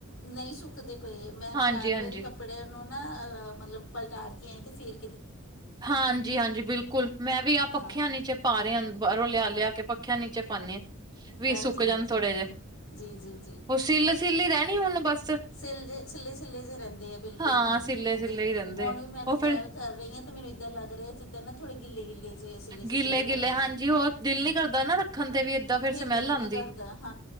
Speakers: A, on the left (about 75°); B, on the right (about 20°).
A: ਨਹੀਂ ਸੁੱਕਦੀ ਪਈ, ਮੈਂ
B: ਹਾਂਜੀ
A: ਚਾਰ
B: ਹਾਂਜੀ
A: ਵਾਰੀ ਕੱਪ ੜਆ ਨੂੰ ਨਾ ਅਹ, ਮਤਲਬ ਪਲਟਾਰ ਕੇ ਆਈ ਤੇ ਫੇਰ
B: ਹਾਂਜੀ ਹਾਂਜੀ ਬਿਲਕੁਲ, ਮੈਂ ਵੀ ਆਹ ਪੱਖਿਆਂ
A: ਹਾਂ
B: ਨੀਚੇ ਪਾ ਰਿਹਾ, ਬਾਹਰੋਂ ਲਿਆ ਲਿਆ ਕੇ ਪੱਖਿਆ ਨੀਚੇ ਪਾਉਦੇ ਆ, ਵੀ
A: ਹਾਂਜੀ
B: ਸੁੱਕ
A: ਹਾਂਜੀ
B: ਜਾਣ ਥੋੜੇ ਜਿਹੇ,
A: ਜੀ ਜੀ
B: ਉਹ ਸੀਲ ਸੀਲ ਹੀ ਰਹਿਣੀ, ਹੁਣ ਬੱਸ।
A: ਸਿੱਲ ਜੇ ਸਿੱਲੇ ਸਿੱਲੇ ਜੇ ਰਹਿੰਦੇ ਆ, ਬਿਲਕੁਲ
B: ਹਾਂ
A: ਹਾਂਜੀ
B: ਸਿੱਲੇ
A: ਇਏਦਾਂ
B: ਸਿੱਲੇ
A: ਹੀ,
B: ਰਹਿੰਦੇ
A: ਹੁਣ ਵੀ ਮੈਂ ਨਾ
B: ਉਹ
A: ਤੈਅ
B: ਫਿਰ
A: ਕਰ ਰਹੀ ਆ, ਮੈਨੂੰ ਇਦਾਂ ਲੱਗ ਰਿਹਾ ਐ, ਜਿੱਦ ਨਾ ਥੋੜੇ ਗਿੱਲੇ ਗਿੱਲੇ ਜੇ ਸਿੱਲੇ ਸਿੱਲੇ
B: ਗਿੱਲੇ
A: ਜੇ ਲੱਗ
B: ਗਿੱਲੇ
A: ਰਹੇ
B: ਹਾਂਜੀ, ਉਹ ਦਿਲ ਨ ਕਰਦਾ ਨਾ ਰੱਖਣ ਤੇ ਵੀ, ਏਦਾਂ ਫਿਰ ਸਮੈਲ
A: ਦਿਲ
B: ਆਦੀ।
A: ਨਹੀਂ ਕਰਦਾ